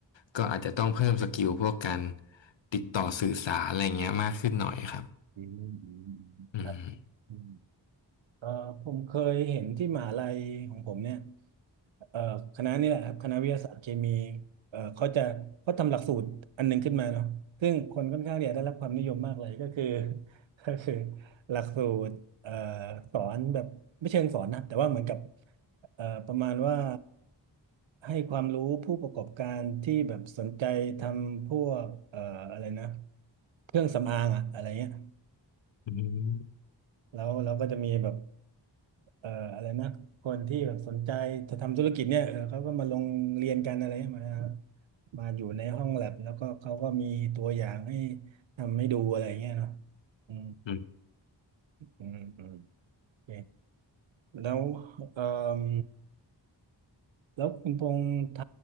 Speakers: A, on the left (about 80°); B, on the right (about 85°).
A: ก็อาจจะต้องเพิ่มสกิลพวกการติดต่อสื่อสารอะไรเงี้ยมากขึ้นหน่อยครับ
B: อืมอืมอืม
A: อืม
B: ครับ อืมเอ่อผมเคยเห็นที่มหาลัยของผมเนี่ยเอ่อคณะนี่แหละครับคณะวิทยาศาสตร์เคมีเอ่อเขาจะเขาทำหลักสูตรอันหนึ่งขึ้นมาเนาะซึ่งคนค่อนข้างเนี่ยได้รับความนิยมมากเลยก็คือ <laughs> ก็คือหลักสูตรเอ่อสอนแบบไม่เชิงสอนนะแต่ว่าเหมือนกับเอ่อประมาณว่าให้ความรู้ผู้ประกอบการที่แบบสนใจทำพวกเอ่ออะไรนะเครื่องสำอางอะอะไรเงี้ย
A: อืม
B: แล้วเราก็จะมีแบบ เอ่ออะไรนะคนที่แบบสนใจจะทำธุรกิจเนี่ยเออเขาก็มาลงเรียนกันอะไรมามาอยู่ในห้องแลบแล้วก็เขาก็มีตัวอย่างให้ทำให้ดูอะไรเงี้ยเนาะอืม
A: อืม
B: อืมอืมโอเคแล้วเอ่อแล้วคุณพงษ์ท